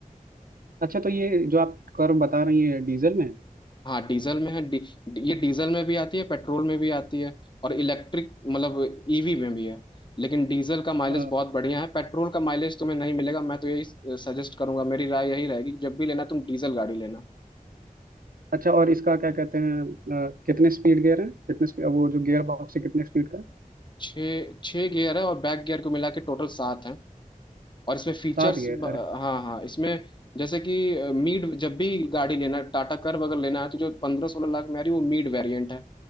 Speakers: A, on the right; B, on the left.
A: अच्छा तो ये जो आप कर्व बता रही है डीजल में है
B: हाँ डीजल में है डी, डी- ये डीजल में भी आती है पेट्रोल में भी आती है और इलेक्ट्रिक मतलब ईवी में भी है लेकिन डीजल का माइलेज
A: अ,
B: बहुत बढ़िया है पेट्रोल का माइलेज तुम्हें नहीं मिलेगा मैं तो यही सजेस्ट करूंगा मेरी राय यही रहेगी कि जब भी लेना तुम डीजल गाड़ी लेना
A: अच्छा और इसका क्या कहते हैं अ, कितने स्पीड गियर है कितने स्पीड वो जो गियर बॉक्स है कितने स्पीड का है?
B: छः छः गियर है और बैक गियर को मिला के टोटल सात है और इसमें फीचर्स
A: सात गियर
B: हाँ
A: अरे
B: हाँ इसमें जैसे कि मीड जब भी गाड़ी लेना टाटा कर्व अगर लेना है तो जो पंद्रह सोलह लाख में आ रही है वो मीड वेरिएंट है